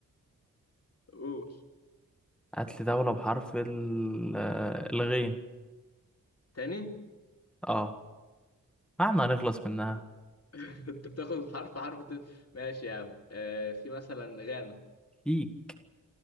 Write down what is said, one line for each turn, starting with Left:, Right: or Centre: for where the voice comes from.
Left: قول
Centre: هات لي دولة بحرف ال... آه، الغين
Left: تاني
Centre: اه احنا هنخلص منها
Left: <laughs> انت بتاخد حرف حرف انت- ماشي يا عم آه... في مثلا غانا
Centre: فيك